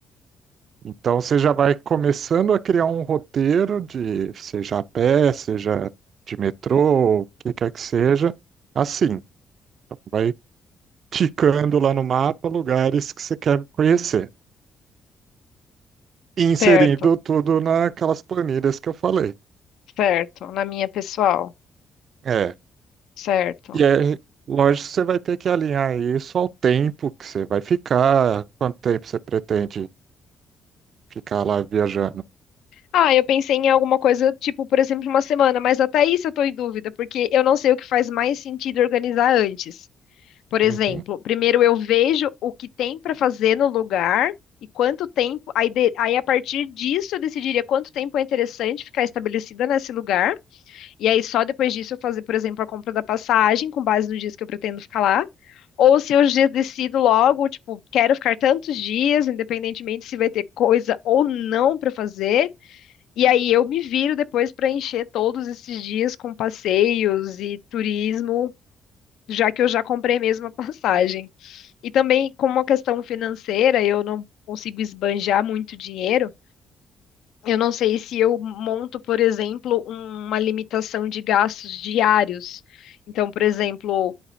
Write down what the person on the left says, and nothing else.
certo,
certo. Na minha pessoal,
certo.
Ah, eu pensei em alguma coisa, tipo, por exemplo, uma semana, mas até isso eu tô em dúvida, porque eu não sei o que faz mais sentido organizar antes. Por exemplo,
primeiro eu vejo o que tem para fazer no lugar e quanto tempo, aí, de- aí a partir disso eu decidiria quanto tempo é interessante ficar estabelecida nesse lugar, e aí só depois disso eu fazer, por exemplo, a compra da passagem com base nos dias que eu pretendo ficar lá. Ou se eu já decido logo, tipo, quero ficar tantos dias, independentemente se vai ter coisa ou não para fazer. E aí eu me viro depois para encher todos esses dias com passeios e turismo, já que eu já comprei mesmo a <laughs> passagem. E também, como uma questão financeira, eu não consigo esbanjar muito dinheiro. Eu não sei se eu monto, por exemplo, uma limitação de gastos diários. Então, por exemplo,